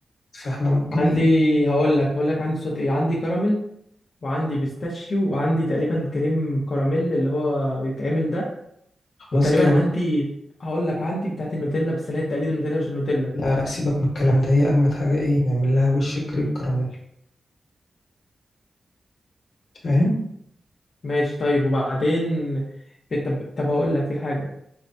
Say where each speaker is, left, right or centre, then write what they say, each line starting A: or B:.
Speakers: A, on the left; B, on the left.
A: فاحنا ممكن
B: عندي
A: ايه
B: هقول لك هقول لك عندي صوت ايه عندي كراميل وعندي بيستاشيو وعندي تقريبا كريم كراميل اللي هو بيتعمل ده
A: خلاص
B: وتقريبا
A: جامد
B: عندي هقول لك عندي بتاعت النوتيلا بس اللي هي تقليد النوتيلا مش النوتيلا
A: لا لا سيبك من الكلام ده هي أجمد حاجة ايه نعمل لها وش كريم كراميل فاهم
B: ماشي طيب وبعدين بت- طب طب هقول لك في حاجة